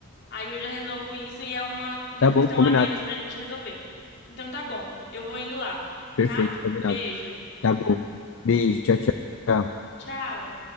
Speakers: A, on the left (about 50°); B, on the left (about 70°).
A: Aí eu já resolvo isso e é uma, uma
B: Tá
A: questão
B: bom, combinado.
A: a menos pra gente resolver. Então tá bom, eu vou indo lá,
B: Perfeito,
A: tá?
B: combinado.
A: Beijo,
B: Tá bom. Beijo, tchau, tchau.
A: tchau.